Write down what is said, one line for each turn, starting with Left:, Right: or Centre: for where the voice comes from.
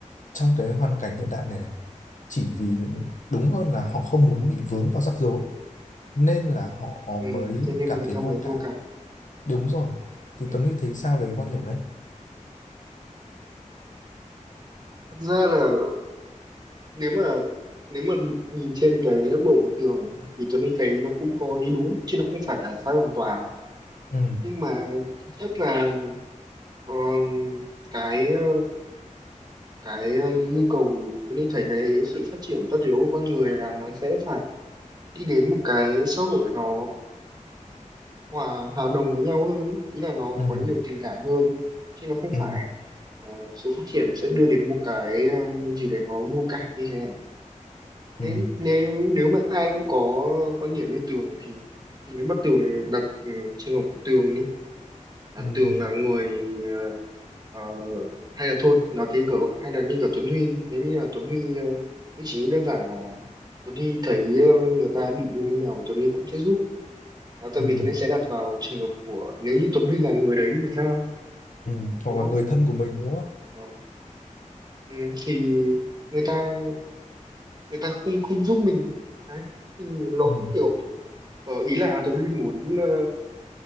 Left: trong cái hoàn cảnh hiện đại này chỉ vì đúng hơn là họ không muốn bị vướng vào rắc rối nên là họ
Right: Ừ.
Left: mới
Right: thế nên
Left: cảm
Right: người
Left: thấy
Right: ta mới
Left: vô cảm
Right: vô cảm
Left: Đúng rồi. Thì
Right: ừ.
Left: Tuấn Huy thấy sao về cái quan điểm đấy?
Right: thật ra là nếu mà nếu mà nhìn trên cái góc độ của tường thì Tony thấy nó cũng có ý đúng chứ nó không phải là sai hoàn toàn
Left: ừ
Right: nhưng mà thực chất là ờ, cái ờ, cái ờ, nhu cầu Tony thấy cái sự phát triển tất yếu của con người là nó sẽ phải đi đến một cái xã hội nó hòa hòa đồng với nhau hơn ý Ý là nó
Left: ừ
Right: có nhiều tình cảm hơn chứ nó không
Left: ừ
Right: phải ờ, sự phát triển nó sẽ đưa đến một cái ờ, gì đấy nó vô cảm như thế này
Left: ừ
Right: Thế nếu nếu mà ai cũng có quan điểm như Tường thì, thì nếu mà Tường đặt ừ, trường hợp của Tường đi là
Left: ừ
Right: Tường là người ờ, ờ, hay là thôi nói thế kiểu hay là như kiểu Tuấn Huy đi nếu như là Tuấn Huy ờ, cũng chỉ đơn giản là Tuấn Huy thấy ờ, người ta bị như thế nào Tuấn Huy cũng sẽ giúp Đó, tại
Left: ừ
Right: vì Tuấn Huy sẽ đặt vào trường hợp của nếu như Tuấn Huy là người đấy thì sao
Left: ừ Hoặc
Right: đúng
Left: là
Right: không
Left: người thân của mình đúng không?
Right: Ờ, ừ, thì người ta người ta không không giúp mình đấy thì nó
Left: ừ
Right: cũng kiểu Ờ, ý là Tuấn Huy muốn ờ,